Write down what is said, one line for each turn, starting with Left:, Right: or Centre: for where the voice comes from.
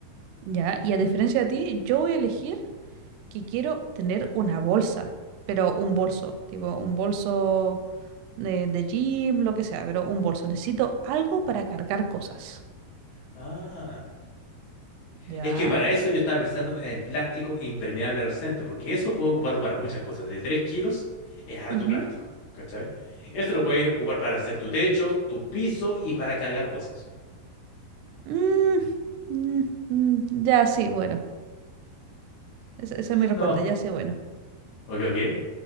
Right: Ya, y a diferencia de ti, yo voy a elegir que quiero tener una bolsa, pero un bolso, tipo un bolso de, de gym, lo que sea, pero un bolso. Necesito algo para cargar cosas.
Left: Ah.
Right: Ya.
Left: Es que para eso yo estaba pensando en el plástico impermeable resistente, porque eso puedo ocuparlo para muchas cosas. De 3 kilos es harto
Right: Ujú.
Left: plástico, ¿cachai? Eso lo puedes ocupar para hacer tu techo, tu piso y para cargar cosas.
Right: Mm, mm, mm, ya, sí, bueno. Esa, esa
Left: <laughs>
Right: es mi respuesta,
Left: No.
Right: ya, sí, bueno.
Left: Ok, ok.